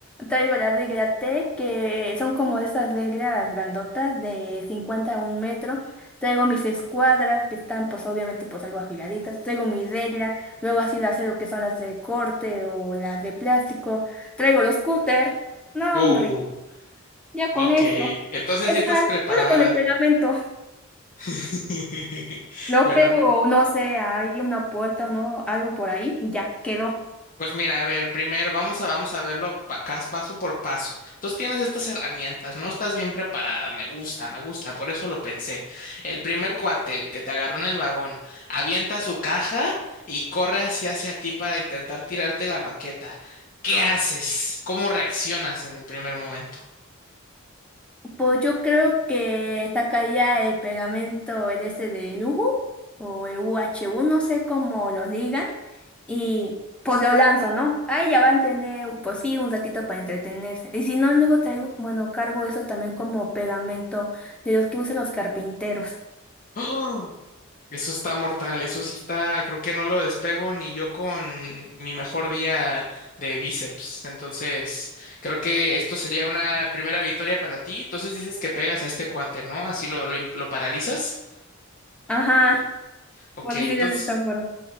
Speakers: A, in the centre; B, on the left (about 40°).
A: Traigo la regla T, que son como de esas reglas grandotas de 50 a un metro. Traigo mis escuadras, que están pues obviamente pues algo afiladitas. Traigo mi regla, luego así de acero, que son las de corte o las de plástico. Traigo los cúter. No,
B: Uh,
A: hombre, ya con
B: ok.
A: eso.
B: Entonces
A: Es
B: sí estás
A: más,
B: preparada.
A: solo con el pegamento.
B: <laughs>
A: Lo
B: Bueno.
A: pego, no sé, hay una puerta o no, algo por ahí y ya, quedó.
B: Pues mira, a ver, primero vamos a, vamos a verlo pa- cas- paso por paso. Entonces tienes estas herramientas, ¿no? Estás bien preparada, me gusta, me gusta, por eso lo pensé. El primer cuate, el que te agarró en el vagón, avienta su caja y corre hacia, hacia ti para intentar tirarte la maqueta. ¿Qué haces? ¿Cómo reaccionas en el primer momento?
A: Pues yo creo que sacaría el pegamento, el ese de lujo, o el U H U, no sé cómo lo digan, y pues lo lanzo, ¿no? Ahí ya van a tener, pues sí, un ratito para entretenerse. Y si no, luego traigo, bueno, cargo eso también como pegamento de los que usan los carpinteros.
B: <gasps> Eso está mortal, eso sí está, creo que no lo despego ni yo con mi mejor día de bíceps. Entonces, creo que esto sería una primera victoria para ti. Entonces dices que pegas a este cuate, ¿no? Así lo, lo, im- lo paralizas.
A: Ajá,
B: Ok,
A: por
B: entonces.
A: decirlo de esta forma.